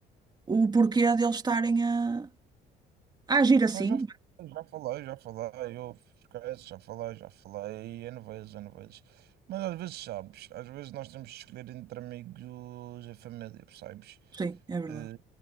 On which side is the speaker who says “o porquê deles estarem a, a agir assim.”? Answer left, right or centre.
Right